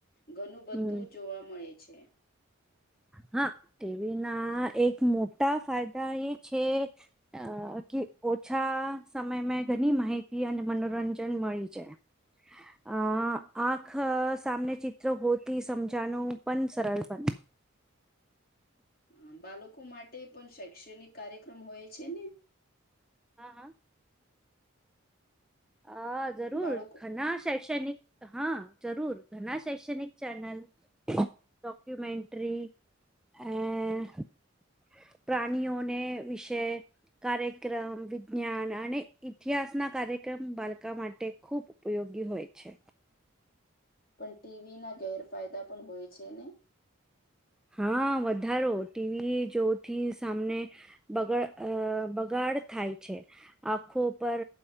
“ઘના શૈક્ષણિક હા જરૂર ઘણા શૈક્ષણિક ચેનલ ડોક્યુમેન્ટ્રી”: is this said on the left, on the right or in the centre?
Centre